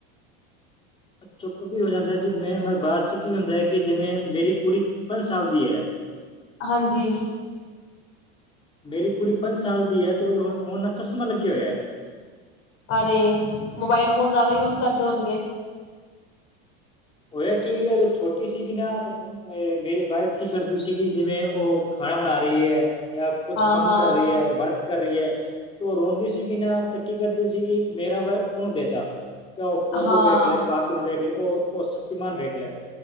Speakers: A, on the left; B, on the left.
A: ਚੁੱਪ ਵੀ ਹੋ ਜਾਂਦਾ ਜੀ, ਮੈਂ ਬਾਅਦ ਚ ਕੀ ਹੁੰਦਾ ਹੈ ਕਿ ਜਿਵੇਂ ਮੇਰੀ ਕੁੜੀ ਪੰਜ ਸਾਲ ਦੀ ਹੈ।
B: ਹਾਂਜੀ।
A: ਮੇਰੀ ਕੁੜੀ ਪੰਜ ਸਾਲ ਦੀ ਹੈ ਅਤੇ ਉਹ ਉਹਨਾਂ ਚਸ਼ਮਾ ਲੱਗੇਆ ਹੋਇਆ।
B: ਅਰੇ ਮੋਬਾਇਲ ਫੋਨ ਜ਼ਿਆਦਾ ਯੂਜ ਕਰਦੇ ਹੋਨਗੇ।
A: ਹੋਇਆ ਕੀ ਜਦੋ ਛੋਟੀ ਸੀਗੀ ਨਾ ਮੇਰੀ ਵਾਈਫ ਕੀ ਕਰਦੀ ਸੀਗੀ ਜਿਵੇਂ ਉਹ ਖਾ ਖਾਣਾ ਬਣਾ ਰਹੀ ਏ, ਜਾਂ ਕੁਛ
B: ਹਾਂ
A: ਕੰਮ
B: ਹਾਂ
A: ਕਰ ਰਹੀ ਏ, ਵਰਕ ਕਰ ਰਹੀ ਹੈ। ਤੇ ਉਹ ਰੋਂਦੀ ਸੀਗੀ ਨਾ ਤਾਂ ਕੀ ਕਰਦੀ ਸੀਗੀ, ਮੇਰਾ ਵ ਉਹਨੂੰ ਦੇਤਾ। ਉਹ ਪੋਗੋ
B: ਹਾਂ
A: ਵੇਖ ਲੇ ਕਾਰਟੂਨ ਵੇਖ ਲੈ ਉਹ ਉਹ ਸ ਮਾਨ ਵੇਖ ਲੈ,